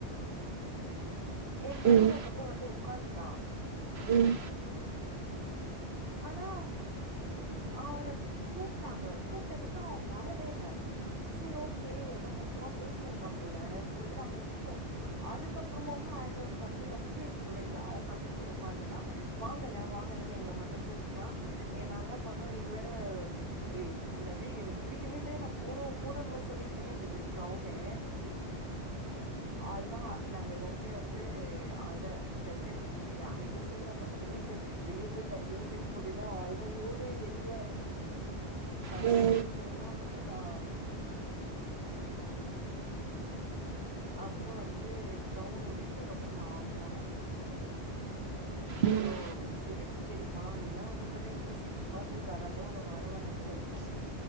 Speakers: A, on the right; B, on the right.
A: எ பிரதர்
B: ம்
A: அதுக்கப்புற வந்து உக்காந்துட்டா
B: ம்
A: ஆனா அவ கூப்ட்டாங்க கூப்ட்டதுக்கு அவ வரவே இல்ல செரி ஓகே ஏதோ முக்கியமா பேசினுக்கா போலன்னு சொல்ட்டு நாங்க வுட்டோ அதுக்கப்புறமா ஹான்ட்வாஷ் பண்ட்டுகப்புறமே எங்ககூட இல்ல அவ பட்டுன்னு போய் உக்காந்துட்டா வாங்கல வாங்கலன்னு எங்கள மட்டு கூப்ட்டா நாங்க என்னா பண்ணோ இது வேர ஐய்யயோ என்னது எனக்கு புடிக்கவே இல்ல நா போனு போனுன்னு வேர சொல்லினேருந்தது கிரௌன்னு ஆள்தா நாங்க எல்லாருமே வந்து ஆள்தா ஜர்க்கண்டி யார்கிட்ட சொல்லல பட்டு பட்டுண்ணு செ வெளிய போய் டக்குனு ஸ் செருப்போட்டினா அவ்ளோ தா ஓடு வெளியே ஃபர்ஸ்ட்
B: ம்
A: டேவிட் ஓட்ன கப்றோ நா அப்பறோ வந்து கிரௌனு ஒடிச்சு அதுக்கப்பறோ நா போன
B: ம்
A: யோ சிரிப் பு தெரியுமா நீல்லா வந்துருந்தன்னா இன்னு சிரிப்பா இந்துருக்கு அதுனால்தா ஒன்ன வர வேனான் சொல்ட்டோ